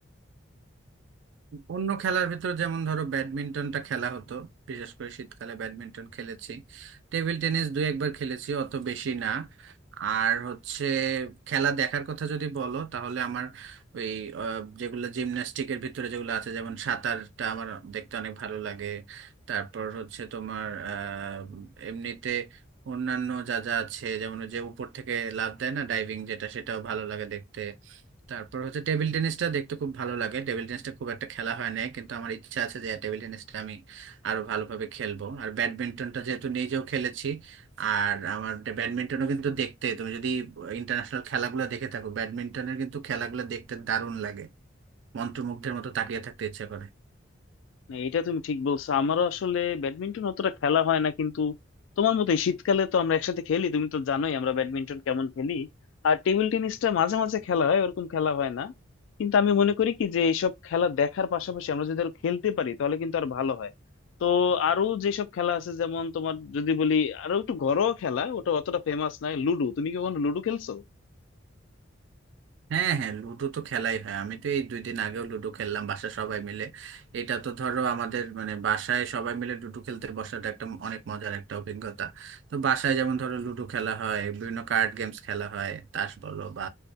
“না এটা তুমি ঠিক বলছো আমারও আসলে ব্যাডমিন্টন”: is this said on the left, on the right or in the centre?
Left